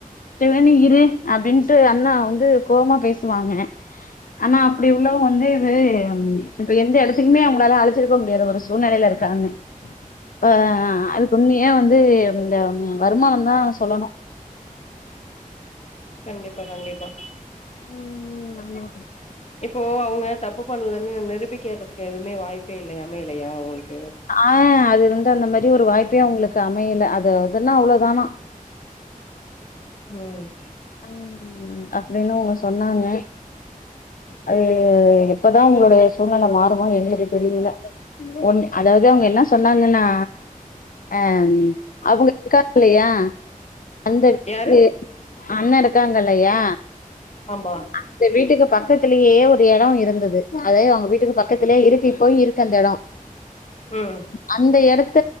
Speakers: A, on the left (about 70°); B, on the left (about 50°).
A: திவானி இரு அப்டின்ட்டு அண்ண வந்து கோவமா பேசுவாங்க ஆனா அப்டி உள்ளவுங்க வந்து இது இப்ப எந்த எடத்துக்குமே அவுங்களால அழச் சிருக்க முடியாத ஒரு சூழ்நெலைல இருக்காங்க இப்ப அது உண்மைய வந்து து இந்த ம் வருமானம் தான் சொல்லணும்
B: கண்டிப்பா கண்டிப்பா
A: ம் ஆமா
B: இப்போ அவுங்க தப்பு பண்ணலன்னு நிரூபிக்கிறதுதுக்கு எதுமே வாய்ப்பே இல்லையா அமையலையா உங்களுக்கு
A: ஆங் அது வந்து அந்த மாரி ஒரு வாய்ப்பே அவுங்களுக்கு அமையல அது அதுன்னா அவ்வளவுதானா
B: ம்
A: அம் அப்டின்னு அவுங்க சொன்னாங்க அது எப்பதான் உங்களோட சூழ்நிலை மாறுமோ எங்ளுக்கு தெரில ஒன் அதாது அவுங்க என்ன சொன்னாங்கன்னா அங் அவுங்க இருக்காங்லையா அந்த வீட்க்கு
B: யாரு
A: அண்ண இருக்காங்கல்லையா
B: ஆமா
A: அந்த வீட்டுக்கு பக்கத்துலேயே ஒரு ஒரு எடம் இருந்தது அதே அவுங்க வீட்டுக்கு பக்கத்துலே இருக்கு இப்பவும் இருக்கு அந்த எடம்
B: ம்
A: அந்த எடத்த